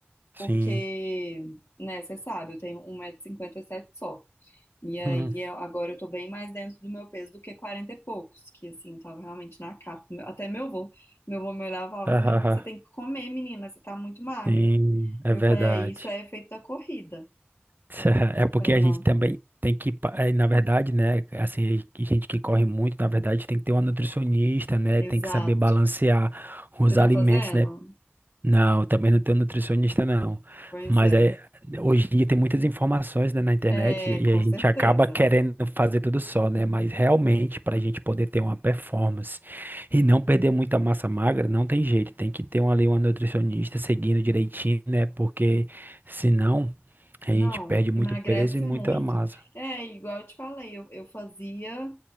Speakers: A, on the right; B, on the left.
A: Sim.
B: porque, né, você sabe, eu tenho um metro e cinquenta e sete só. E aí,
A: Uhum.
B: eu- agora eu tô bem mais dentro do meu peso do que 40 e poucos, que assim, eu tava realmente na capa. Meu- Até meu avô, meu avô me olhava e falava
A: <laughs>
B: assim, menina, você tem que comer, menina, você tá muito magra.
A: Sim, é
B: E eu
A: verdade.
B: falei, é, isso é efeito da corrida.
A: <laughs> É
B: Aí eu
A: porque
B: falei,
A: a
B: não,
A: gente também tem que, pa- eh, na verdade, né, assim, que gente que corre muito, na verdade, tem que ter uma nutricionista, né,
B: exato.
A: tem que saber balancear os
B: Você tá
A: alimentos,
B: fazendo?
A: né, não, também não tenho nutricionista, não.
B: Pois
A: Mas
B: é.
A: é, hoje em dia tem muitas informações, né, na internet
B: É,
A: e
B: com
A: a gente
B: certeza.
A: acaba querendo fazer tudo só, né? Mas realmente, para a gente poder ter uma performance e não perder muita massa magra, não tem jeito. Tem que ter uma, ali uma nutricionista seguindo direitinho, né? Porque senão a
B: Não,
A: gente perde muito
B: emagrece
A: peso e muita
B: muito.
A: massa.
B: É, igual eu te falei, eu, eu fazia,